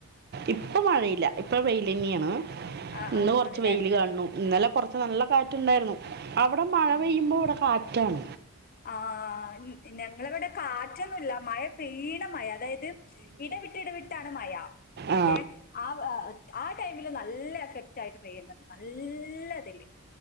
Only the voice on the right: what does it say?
ഇപ്പൊ മഴയില്ല ഇപ്പം വെയിലന്നെണ്
ഇന്ന് കൊർച്ച്
വെയില് കാണുണു ഇന്നലെ കുറച്ച് നല്ല കാറ്റ്ണ്ടായിരുന്നു അവിടെ മഴ പെയ്യുമ്പോ ഇവിടെ കാറ്റ്- ട്ടാൺ
ആ